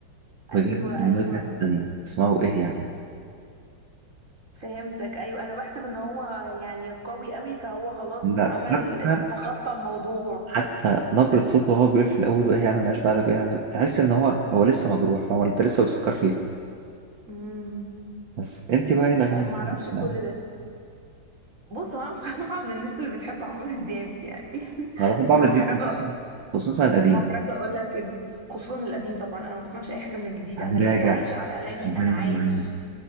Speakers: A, on the right (about 40°); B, on the right (about 70°).
A: ايوه
B: بجد الموضوع
A: ايوه
B: في حته تانيه اسمعوا ايه يعني
A: فهمتك ايوه انا بحسب ان هو يعني قوي قوي فهو خلاص
B: لا
A: عمل
B: حتى
A: تخطى الموضوع
B: حتى نبرة صوته وهو بيقول في الأول وإيه أنا معيش بعدك وإيه يعني تحس إن هو هو لسه مجروح فهو أنت لسه بتفكر فيه
A: امم
B: بس أنت بقى إيه الأغاني
A: لا ما اعرفش
B: اللي بتحبي
A: كل ده بص هو انا بصراحه من الناس اللي بتحب عمرو دياب يعني
B: انا بحب
A: <laughs> محرجه
B: عمرو دياب خصوصا خصوصا القديم
A: محرجه اقول لك كده خصوصا القديم طبعا انا ما بسمعش اي حاجه من الجديده
B: يعني
A: انا لسه
B: راجع
A: عايشه على اغاني
B: بند
A: انا عايش
B: معايا